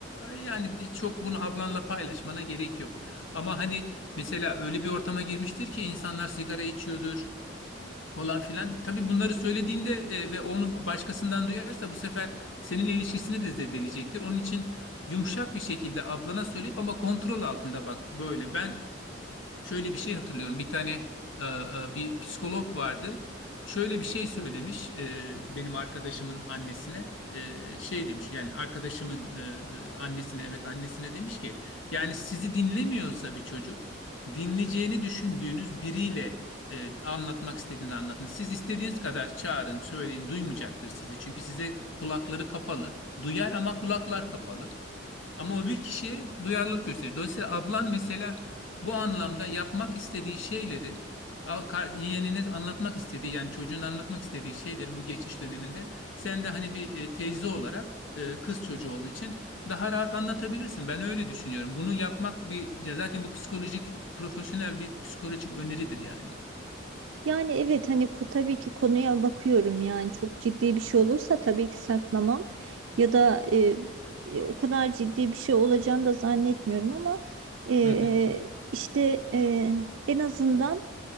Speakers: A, on the left; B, on the right.
A: Yani di- çok bunu ablanla paylaşmana gerek yok. Ama hani mesela öyle bir ortama girmiştir ki insanlar sigara içiyordur falan filan. Tabii bunları söylediğinde e, ve onu başkasından duyarsa bu sefer seninle ilişkisini de zedeleyecektir. Onun için yumuşak bir şekilde ablana söyleyip ama kontrol altında bak böyle. Ben Şöyle bir şey hatırlıyorum. Bir tane e, e, bir psikolog vardı. Şöyle bir şey söylemiş e, benim arkadaşımın annesine. E, şey demiş yani arkadaşımın e, e, annesine evet annesine demiş ki yani sizi dinlemiyorsa bir çocuk dinleyeceğini düşündüğünüz biriyle e, anlatmak istediğini anlatın. Siz istediğiniz kadar çağırın, söyleyin duymayacaktır sizi. Çünkü size kulakları kapalı. Duyar ama kulaklar kapalı. Ama o bir kişiye duyarlılık gösterir. Dolayısıyla ablan mesela bu anlamda yapmak istediği şeyleri al- kar- yeğenine anlatmak istediği yani çocuğun anlatmak istediği şeyleri bu geçiş döneminde sen de hani bir e, teyze olarak e, kız çocuğu olduğu için daha rahat anlatabilirsin. Ben öyle düşünüyorum. Bunu yapmak bir ya zaten bu psikolojik profesyonel bir psikolojik öneridir yani.
B: Yani evet hani ko- tabii ki konuya bakıyorum yani çok ciddi bir şey olursa tabii ki saklamam ya da e, e, o kadar ciddi bir şey olacağını da zannetmiyorum ama e, e,
A: Hı hı,
B: işte e, en azından